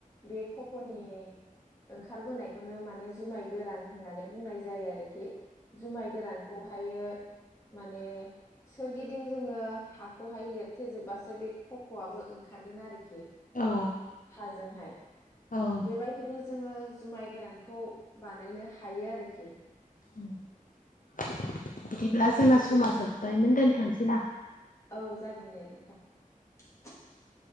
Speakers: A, on the left (about 20°); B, on the left (about 65°).
A: बे खप'नि ओंखारबोनायखौनो मान माने जुमाय गोरान होननानै बुंनाय जायो आरोखि जुमाय गोरानखौहायो माने सोरगिदिं जोङो हाखौहाय लिरथेेजोबबासो बे खब फ'वाबबो ओंखारगोन आरोखि
B: औ
A: हाजोंहाय
B: औ
A: बेबायदिनो जोङो जुमाय गोरानखौ बानायनो हायो आरोखि
B: औ। बिदिब्ला जोंना
A: बिदिब्ला
B: समा जोब्बायमोन दोनथ'सैना?
A: औ जागोन दे । <inaudible>